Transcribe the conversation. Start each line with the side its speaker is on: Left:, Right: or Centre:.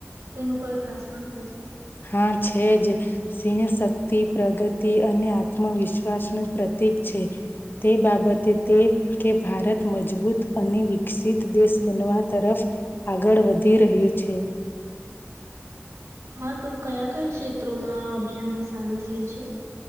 Right: તેનું કોઈ ખાસ મહત્વ છે.
Left: હા છે જ સિંહ શક્તિ પ્રગતિ અને આત્મવિશ્વાસનું પ્રતીક છે તે બાબતે તે કે ભારત મજબૂત અને વિકસિત દેશ બનવા તરફ આગળ વધી રહ્યું છે.
Right: હા તો કયા કયા ક્ષેત્રોમાં આ અભિયાન સામેલ થયું છે.